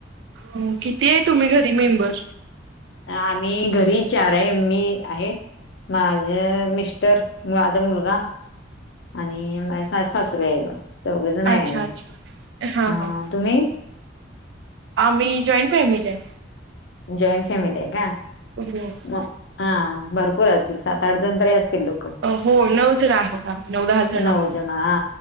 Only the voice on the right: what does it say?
हम्म, किती आहे तुम्ही घरी मेंबर?
अच्छा
अच्छा हां
हां
आम्ही जॉईंट फॅमिली आहे.
<unintelligible>
होय, नऊ जण आहोत आम्ही, नऊ दहा जण आहोत